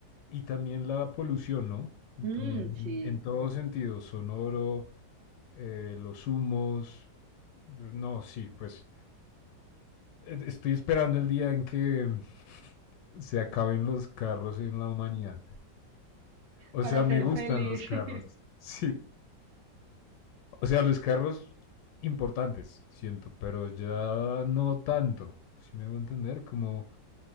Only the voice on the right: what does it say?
mm,
sí,
para
ser
feliz.
<laughs>